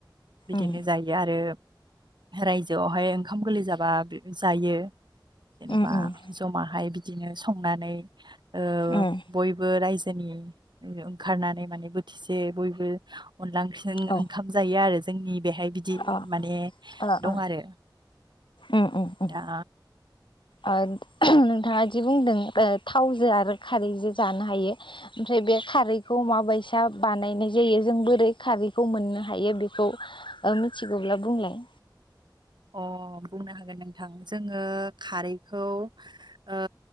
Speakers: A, on the right; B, on the left.
A: बिदिनो
B: अ
A: जायो आरो रायजोआवहाय ओंखाम गोरलै जाबा जायो। जेनेबा
B: उम उम
A: जमाहाय बिदिनो संनानै ओ
B: उम
A: बयबो रायजो जोनि ओंखारनानै माने बोथिसे बयबो अनला ओंख्रिजों
B: औ
A: ओंखाम जायो आरो जोंनि बेहाय। बिदि
B: अ ओ
A: माने
B: ओ
A: दं आरो
B: उम उम उम
A: दा
B: ओ नोंथांङा जि बुंदों थावजो आरो खारैजों जानो हायो ओमफ्राय बे खारैखौ माबायसा बानायनाय जायो जों बोरै खारैखौ मोननो हायो बेखौ ओ मिथिगौब्ला बुंलाय।
A: अ। बुंनो हागोन नोंथां जोंङो खारैखौ ओ